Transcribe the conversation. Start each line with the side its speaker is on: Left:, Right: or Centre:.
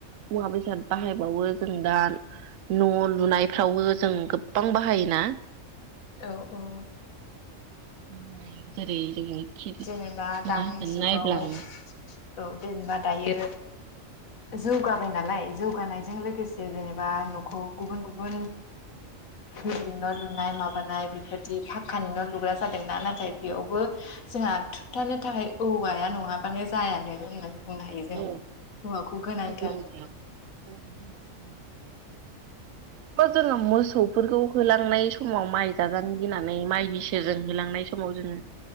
Right: मुवा बेसाद बाहायबावो जों दा न' लुनायफ्रावबो जों गोबां बाहायोना
Left: औ औ
Right: <unintelligible> जोङो खिरि
Left: जेनेबा दानि
Right: मा होनगोन
Left: जुगाव
Right: नायब्लां
Left: औ देनेबा दायो जौगाबाय नालाय जौगानायजों लोगोसे जेनेबा न'खौ गुबुन गुबुन बिल्दिं न' लुनाय माबानाय बेफोरदि फाकानि न' लुग्रा जादोंना नाथाय बेयावबो जोंहा थोबथानो थाखाय औवाया नङाबानो जायानो बुंनो हायो जोङो
Right: औ
Left: औवाखौ गोनांथार
Right: खामानि मावनायाव
Left: ज
Right: औवानि <unintelligible> जोङो मोसौफोरखौ होलांनाय समाव माइ जाजानो गिनानै माइनि सेरजों होलांनाय समाव जोङो